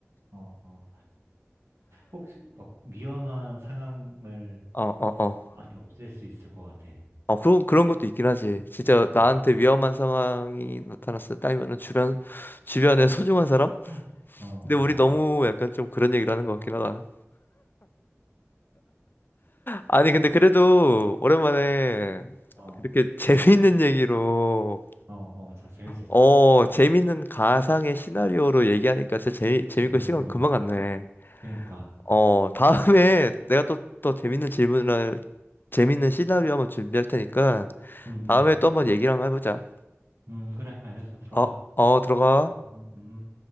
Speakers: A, on the right; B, on the left.
A: 어, 어. 혹시 막 위험한 상황을
B: 어, 어, 어.
A: 많이 없앨 수 있을 것 같아.
B: 어, 그런 그런 것도 있긴 하지. 진짜
A: 어,
B: 나한테 위험한 상황이 나타났을 때면은 주변 주변에 소중한 사람?
A: <laughs> 어, 어,
B: 근데 우리
A: 맞아.
B: 너무 약간 좀 그런 얘기를 하는 것 같긴 하다. 아니 근데 그래도 오랜만에
A: 어,
B: 이렇게 <laughs> 재미있는 얘기로
A: 어, 어, 자, 재밌었어,
B: 어,
A: 이거.
B: 재밌는 가상의 시나리오로 얘기하니까 진짜 재미, 재밌고
A: 음,
B: 시간
A: 음,
B: 금방 갔네.
A: 그니까.
B: 어, 다음에 <laughs> 내가 또, 또 재밌는 질문을, 재밌는 시나리오 한번 준비할 테니까
A: 음,
B: 다음에 또 한번 얘기를 한번 해보자.
A: 음, 음, 그래, 알겠어, 들어가.
B: 어, 어, 들어가.
A: 음, 음.